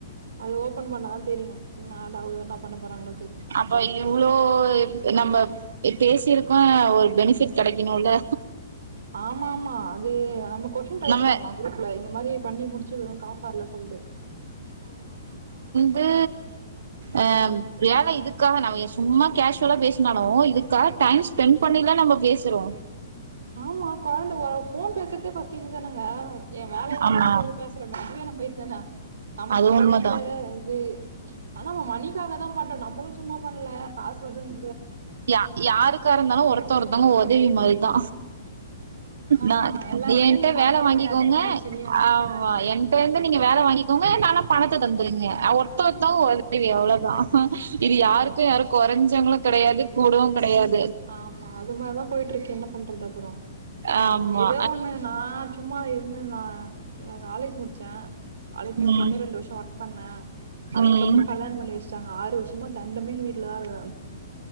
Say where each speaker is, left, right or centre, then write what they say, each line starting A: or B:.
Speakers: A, on the right; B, on the right.
A: அது ஓபன் பண்ணா தாத் தெரியு நா டாவ்து என்னப் பண்ண போறாங்ளோ
B: அப்போ இவ்ளோ இப் நம்ப இப் பேசி இருக்கோ ஒரு பெனிஃபிட் கெடைக்குணோல
A: ஆமா ஆமா அத் து நம்ம கொஸ்டின் ரைஸ்
B: நம்ம
A: பண்லா குரூப்ல இந்த மாரி பண்ணி முடிச்சுகுறோ காஸ் வர்ல சொல்ட்டு
B: து ஆ வேல இதுக்காக நம்ம எ சும்மா கேஸ்சுவலா பேசினாலோ இதுக்காக டைம் ஸ்பெண் பண்ணில நம்மோ பேசுறோ
A: ஆமா கொழந்த ஓ ஃபோன் பேசுத்தே ஃபர்ஸ்ட்டு இதுதானங்க எ வேலை எல்லா
B: ஆமா
A: விட்டுட்டு வந்து பேசுறமே அதுவே நம்ம இது தானே நமக்கு
B: அது
A: கொழந்த
B: உண்மதா
A: இது ஆ நம்ம மணிக்காகதா பண்டோ நம்மளு சு சும்மா பண்ல காசு வர்துன்
B: யா யாருக்கா இருந்தாலு ஒருத்த ஒரு தங்க ஒதவி மாரிதா
A: ஆமா
B: நான்
A: எல்லாருக்குமே
B: ஏன்ட்ட
A: பண
B: வேல
A: தேவை
B: வாங்கிக்கோங்க
A: அதிகமாயிடுச்சு இல்லையா
B: ஆவ்வாய் என்ட்ட இந்து நீங்க வேல வாங்கி <unintelligible> பணத்த தந்துரீங்க ஆ ஒர்த்தௌ ஒர்த்தௌ ஆ உதவி அவ்ளோதா ஆ இது யாருக்கு
A: ஆமா
B: யாரு குறஞ்சவுங்களு கெடையாது கூடவு கெடையாது
A: ஆமா அது மாரிதா போயிட்டுருக்கு என்ன பண்றது அப்புறோ
B: ஆமா
A: ஏதோ ஒன்னு நா சும்மா இ ம் நா எ காலேஜ் முட்ச்சே காலேஜ் முட்ச்சோனே
B: ம்
A: ரெண்டு வர்ஷோ ஒ பண்ணே அதுக்கப்பற
B: ம்
A: கல்யாண பண்ணி வெச்சாங்க ஆறு வ சும்மா தண்டமேனு வீட்லதா இருக்கற நானு